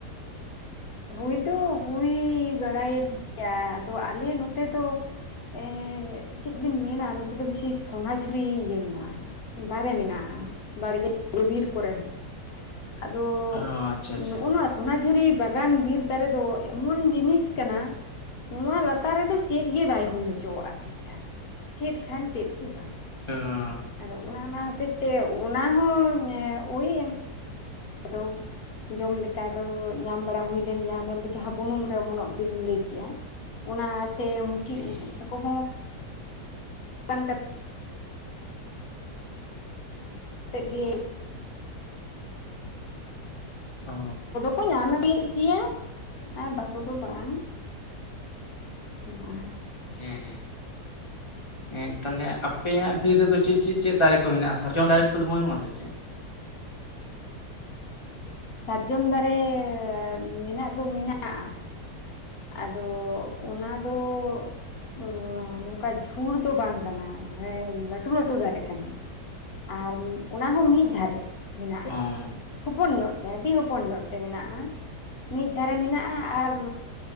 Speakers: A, on the left; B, on the left.
A: ᱦᱩᱭ ᱫᱚ ᱦᱩᱭ ᱵᱟᱲᱟᱭᱮᱱ ᱜᱮᱭᱟ ᱾ ᱟᱫᱚ ᱟᱞᱮ ᱱᱚᱛᱮ ᱫᱚ ᱮᱸ ᱪᱮᱫ ᱵᱤᱱ ᱢᱮᱱᱟ ᱱᱚᱛᱮ ᱫᱚ ᱵᱮᱥᱤ ᱥᱚᱱᱟᱡᱷᱩᱨᱤ ᱤᱭᱟᱹ ᱢᱮᱱᱟᱜᱼᱟ᱾ ᱫᱟᱨᱮ ᱢᱮᱱᱟᱜᱼᱟ᱾ ᱵᱟᱲᱜᱮ ᱵᱤᱨ ᱠᱚᱨᱮ ᱦᱚᱸ᱾ ᱟᱫᱚ
B: ᱚ ᱟᱪᱪᱷᱟ ᱟᱪᱪᱷᱟ
A: ᱱᱚᱜ-ᱚ ᱱᱚᱣᱟ ᱥᱚᱱᱟᱡᱷᱩᱨᱤ ᱵᱟᱜ ᱜᱟᱱ ᱵᱤᱨ ᱫᱟᱨᱮ ᱫᱚ ᱮᱢᱚᱱ ᱡᱤᱱᱤᱥ ᱠᱟᱱᱟ ᱱᱚᱣᱟ ᱞᱟᱛᱟᱨ ᱨᱮᱫᱚ ᱪᱮᱫᱜᱮ ᱵᱟᱭ ᱦᱩᱭ ᱦᱚᱪᱚᱣᱟᱜᱼᱟ ᱴᱷᱤᱠ ᱴᱷᱟᱠ᱾ ᱪᱮᱫ ᱠᱷᱟᱱ ᱪᱮᱫ ᱜᱮ ᱵᱟᱝ᱾
B: <unintelligible>
A: ᱟᱫᱚ ᱚᱱᱟ ᱚᱱᱟ ᱦᱚᱛᱮᱡ ᱛᱮ ᱚᱱᱟ ᱦᱚᱸ ᱳᱭ ᱮᱢ ᱟᱫᱚ ᱡᱚᱢ ᱞᱮᱠᱟ ᱫᱚ ᱧᱟᱢ ᱵᱟᱲᱟ ᱦᱩᱭ ᱞᱮᱱ ᱜᱮᱭᱟ ᱦᱟᱱᱮ ᱡᱟᱦᱟᱸ ᱵᱩᱱᱩᱢ ᱨᱮ ᱩᱢᱚᱱᱚᱜ ᱵᱤᱱ ᱞᱟᱹᱭᱠᱮᱼᱟ᱾ ᱚᱱᱟ ᱥᱮ ᱢᱩᱪᱤ
B: ᱦᱮᱸ
A: ᱩᱫ ᱚᱱᱟ ᱠᱚᱦᱚᱸ <unintelligible> <unintelligible>
B: ᱚ
A: ᱠᱚ ᱧᱟᱢ ᱟᱹᱫᱤᱭᱮᱫ ᱜᱮᱭᱟ ᱟᱨ ᱵᱟᱝ ᱠᱚᱫᱚ ᱵᱟᱝ᱾ <unintelligible>
B: ᱦᱮᱸ᱾ ᱮᱸᱫ ᱛᱟᱞᱦᱮ ᱟᱯᱮᱭᱟᱜ ᱵᱤᱨ ᱨᱮᱫᱚ ᱪᱮᱫ ᱪᱮᱫ ᱪᱮᱫ ᱫᱟᱨᱮ ᱠᱚ ᱦᱮᱱᱟᱜᱼᱟ ᱥᱟᱨᱡᱚᱢ ᱫᱟᱨᱮ ᱠᱚᱫᱚ ᱵᱟᱹᱱᱩᱜᱼᱟ ᱥᱮ ᱪᱮᱫ?
A: ᱥᱟᱨᱡᱚᱢ ᱫᱟᱨᱮ ᱢᱮᱱᱟᱜ ᱫᱚ ᱢᱮᱱᱟᱜᱼᱟ᱾ ᱟᱫᱚ ᱚᱱᱟᱫᱚ ᱚ ᱱᱚᱝᱠᱟ ᱡᱷᱩᱲ ᱫᱚ ᱵᱟᱝ ᱠᱟᱱᱟ᱾ ᱢᱟᱱᱮ ᱞᱟᱹᱴᱩ ᱞᱟᱹᱴᱩ ᱫᱟᱨᱮ ᱠᱟᱱᱟ᱾ ᱟᱨ ᱚᱱᱟ ᱦᱚᱸ ᱢᱤᱫ ᱫᱷᱟᱨᱮ ᱢᱮᱱᱟᱜᱼᱟ
B: ᱚᱸ
A: ᱦᱚᱯᱚᱱ ᱧᱚᱜ᱾ ᱛᱮ ᱟᱹᱰᱤ ᱦᱚᱯᱚᱱ ᱧᱚᱜ ᱛᱮ ᱢᱮᱱᱟᱜ-ᱟ᱾ ᱢᱤᱫ ᱫᱷᱟᱨᱮ ᱢᱮᱱᱟᱜᱼᱟ ᱟᱨ